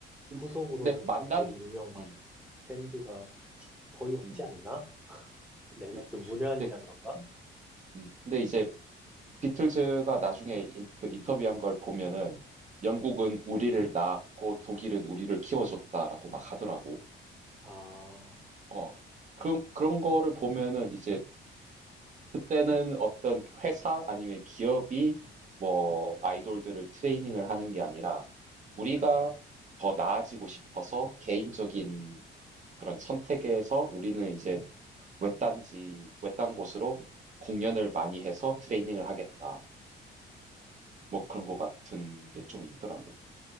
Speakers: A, on the right; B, in the centre.
A: 근-
B: 후속으로는
A: 근데 만난
B: 그렇게 유명한
A: 음.
B: 밴드가 거의 없지
A: 음.
B: 않나?
A: 그치.
B: 내가 좀 문외한이라
A: 근데
B: 그런가?
A: 음. 음. 근데 이제 비틀즈가 나중에 인, 그 인터뷰한 걸 보면은 영국은 우리를 낳았고 독일은 우리를 키워줬다라고 막 하더라고.
B: 아,
A: 어. 그런 그런 거를 보면은 이제 그때는 어떤 회사 아니면 기업이 뭐 아이돌들을 트레이닝을 하는 게 아니라 우리가 더 나아지고 싶어서 개인적인 그런 선택에서 우리는 이제 외딴지, 외딴 곳으로 공연을 많이 해서 트레이닝을 하겠다. 뭐
B: 음,
A: 그런 거 같은 게 좀 있더라고.